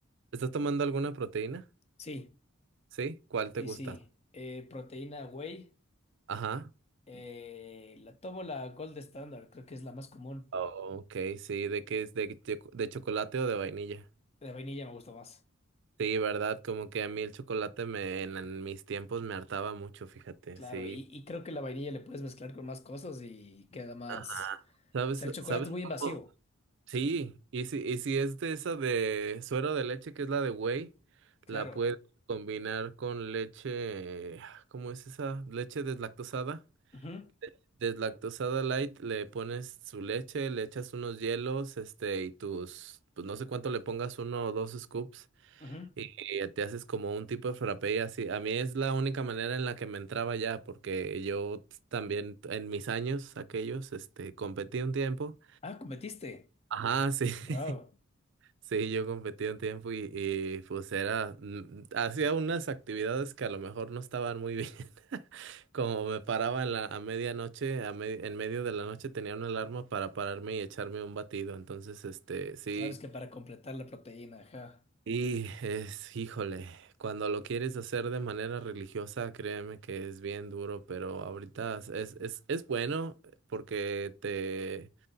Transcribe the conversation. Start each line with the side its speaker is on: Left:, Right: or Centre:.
Right: estás tomando alguna proteína?
Left: Sí,
Right: ¿Sí? ¿Cuál
Left: sí,
Right: te gusta?
Left: sí. Eh, proteína whey.
Right: Ajá.
Left: Eh, la tomo la Gold Standard, creo que es la más común.
Right: Oh, ok, sí, ¿de qué es? ¿De, de de chocolate o de vainilla?
Left: La vainilla me gusta más.
Right: Sí, verdad, como que a mí el chocolate me, en, en mis tiempos me hartaba mucho, fíjate,
Left: Claro,
Right: sí.
Left: y, y creo que la vainilla le puedes mezclar con más cosas y queda más.
Right: Ajá. ¿Sabes,
Left: O sea, el chocolate
Right: sabes
Left: es muy invasivo.
Right: cómo? Sí, y si, y si es de esa de suero de leche, que es la de whey,
Left: Claro.
Right: la puedes combinar con leche, ¿cómo es esa? Leche deslactosada.
Left: Ujú,
Right: Deslactosada light, le pones su leche, le echas unos hielos, este, y tus, pues no sé cuánto le pongas, uno o dos scoops.
Left: ujú.
Right: Y y te haces como un tipo de frappé y así. A mí es la única manera en la que me entraba ya, porque yo t- también t- en mis años aquellos, este, competí un tiempo.
Left: Ah, cometiste.
Right: Ajá, sí,
Left: Wow.
Right: <laughs> sí, yo competí un tiempo y, y pues era, mm, mm, hacía unas actividades que a lo mejor no estaban muy bien. <laughs> Como me paraba en la, a medianoche, a me- en medio de la noche tenía una alarma para pararme y echarme un batido. Entonces, este, sí.
Left: Claro, es que para completar la proteína, ajá.
Right: Y es, híjole, cuando lo quieres hacer de manera religiosa, créeme que es bien duro, pero ahorita es, es, es es bueno eh, porque te,